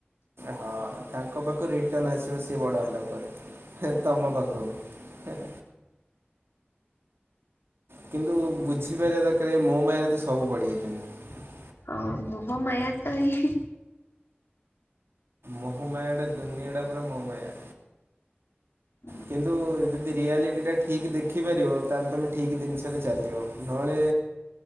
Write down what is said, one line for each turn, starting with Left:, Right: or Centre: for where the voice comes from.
Right: ହଁ ତାଙ୍କ ପାଖରୁ ରିଟର୍ଣ୍ଣ ଆସିବ ସିଏ ବଡ଼ ହେଲା ପରେ ଫେରେ ତମ ପାଖକୁ। ହଁଁ। କିନ୍ତୁ ବୁଝିପାରିବା ଦରକାର ମୋ ମାୟରେ ତ ସବୁ ପଡ଼ିଯାଇଛନ୍ତି।
Left: ହଁ ମୋହ ମାୟାତ ଏହି
Right: ମୋହମାୟାଟା ଦୁନିଆଟା ପରା ମୋହମାୟା।
Left: ହୁଁ।
Right: କିନ୍ତୁ ଯଦି ରିଆଲିଟିଟା ଠିକ୍ ଦେଖିପାରିବ ତାହେଲେ ତୁମେ ଠିକ୍ ଦିନିଷରେ ଚାଲିବ। ନହଳେ